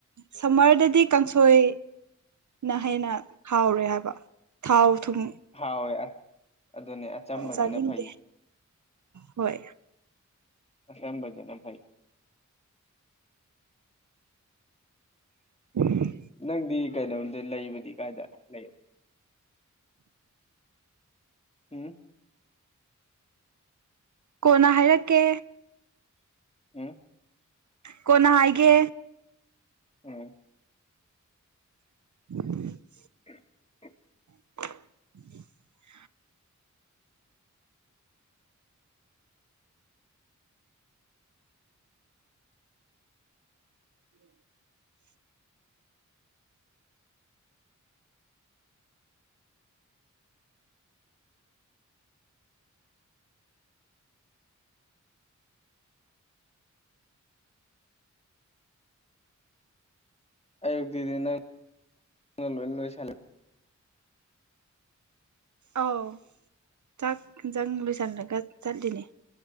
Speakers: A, on the right; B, on the left.
A: ꯁꯝꯃꯔꯗꯗꯤ ꯀꯥꯡꯁꯣꯏ ꯅ ꯍꯦꯟꯅ ꯍꯥꯎꯔꯦ ꯍꯥꯏꯕ ꯊꯥꯎ ꯊꯨꯝ
B: ꯍꯥꯎꯋꯦ ꯑꯗꯨꯅꯦ ꯑꯆꯝꯕꯁꯤꯅ
A: ꯆꯥꯅꯤꯡꯗꯦ
B: ꯐꯩ
A: ꯍꯣꯏ
B: ꯑꯆꯝꯕꯁꯤꯅ ꯐꯩ
A: <unintelligible>
B: ꯅꯪꯗꯤ ꯀꯩꯅꯣꯝꯗꯤ ꯂꯩꯕꯗꯤ ꯀꯥꯏꯗ ꯂꯩ ꯎꯝ
A: ꯀꯣꯟꯅ ꯍꯥꯏꯔꯛꯀꯦ
B: ꯎꯝ
A: ꯀꯣꯅ ꯍꯥꯏꯒꯦ
B: ꯎꯝ
A: <unintelligible>
B: <unintelligible>
A: <unintelligible> <inaudible>
B: ꯑꯌꯨꯛꯇꯤꯗꯤ ꯅꯪ ꯅꯪ ꯂꯣꯏꯅ ꯂꯣꯏꯁꯜꯂꯦ
A: ꯑꯥꯎ ꯆꯥꯛ ꯍꯤꯟꯖꯥꯡ ꯂꯣꯏꯁꯜꯂꯒ ꯆꯠꯂꯤꯅꯦ